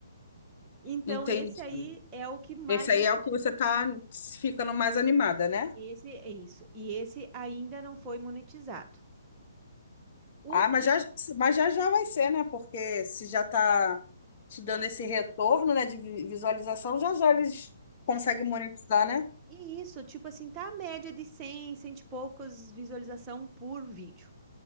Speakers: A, on the right (about 20°); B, on the left (about 45°).
A: Então,
B: Entendi.
A: esse aí é o que mais
B: Esse aí
A: vai
B: é
A: ser.
B: o que você tá ficando mais animada, né?
A: Esse é isso. E esse ainda não foi monetizado. O
B: Ah, mas
A: que.
B: já, mas já já vai ser, né? Porque se já tá te dando
A: É,
B: esse retorno, né, de vi- visualização, já já eles conseguem
A: é,
B: monetizar, né?
A: e isso, tipo assim, tá a média de 100 100 e poucos visualização por vídeo.